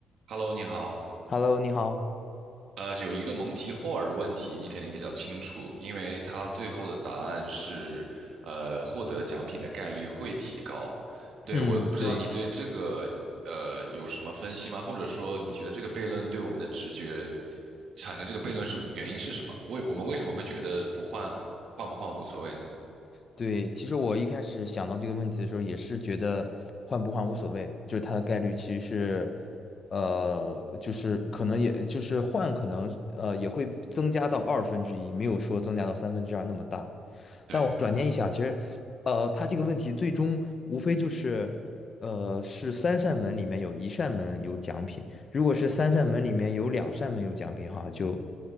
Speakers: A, on the right (about 65°); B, on the left (about 40°).
A: Hello，你好。
B: Hello，你好。
A: 呃，有一个蒙提霍尔问题，你肯定比较清楚，因为它最后的答案是，呃，获得奖品的概率会提高。对，
B: 嗯，
A: 我不知道你对这个呃有什么分析吗？
B: 对，
A: 或者说，你觉得这个悖论对我们的直觉产生这个悖论是原因是什么？为我们为什么会觉得不换换不换无所谓呢？
B: 对，其实我一开始想到这个问题的时候，也是觉得换不换无所谓，就是它的概率其实是，呃，就是可能也就是换，可能呃也会增加到二分之一，没有说增加到三分之二那么大。
A: 对，
B: 但我转念一想，其实，呃，它这个问题最终无非就是，呃，是三扇门里面有一扇门有奖品，如果是三扇门里面有两扇门有奖品，哈，就